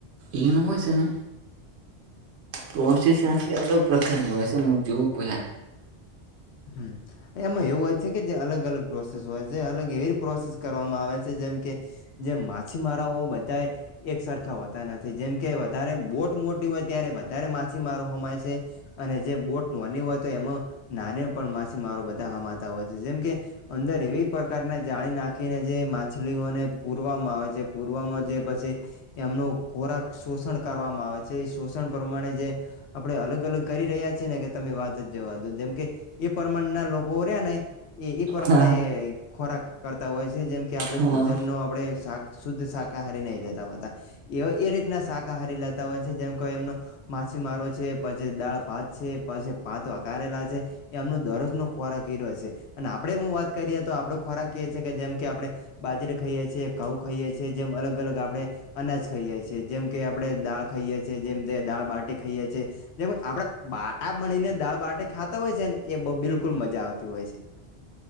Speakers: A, on the right (about 80°); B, on the left (about 80°).
A: એનું હોય છે ને કોસી સાસીી અલગ પ્રકાર નનીયું જો ક
B: હ એમાં એવું હોય છે કે જે અલગ અલગ પ્રોસેસ હોય છે અલગ એવી પ્રોસેસ કરવામાં આવે છે જેમ કે જે માછીમારાઓ બધા એક સરખા હોતા નથી જેમ કે વધારે બોટ મોટી હોય ત્યારે વધારે માછીમારો હોમાય છે અને જે બોટ નોની હોય તો એમાં ના પણ માછીમારો બધા હામાતા હોય છે જેમ કે અંદર એવી પ્રકારના જાળી નાખીને જે માછલીઓને પૂરવામાં આવે છે પૂરવામાં જે પછી એમનું ખોરાક શોષણ કરવામાં આવે છે એ શોષણ પ્રમાણે જે આપડણે અલગ અલગ કરી રહ્યા છીએ ને કે તમે વાત જ જવા દો જેમ કે એ પ્રમાણના લોકો રહ્યા ને એ એ પ્રમાણે
A: હા
B: ખોરાક કરતા હોય છે જેમ કે આપણે
A: હા
B: ભોજન નો આપણે શાક શુદ્ધ શાકાહારી નહી લેતા હો હતા એ એ રીતના શાકાહારી લેતા હોય છે જેમ કો એમનો માછીમારો છે પછી દાળ ભાત છે પછી ભાત વગારેલા છે. એમનો દરરોજ નો ખોરાક એઈ રહ્યો છે અને આપડે હ વાત કરીએ તો આપડો ખોરાક એ છે કે જેમ કે આપડણે બાજરે ખાઈએ છીએ ઘઉ ખાઈએ છીએ જેમ અલગ અલગ આપણે અનાજ ખાઈએ છીએ જેમ કે આપડણે દાળ ખાઈએ છીએ જેમ તે દાળ બાટી ખાઈએ છીએ જે આપડે બાટા બનીને દાળ બાટે ખાતા હોય છે ને એ બિલકુલ મજા આવતી હોય છે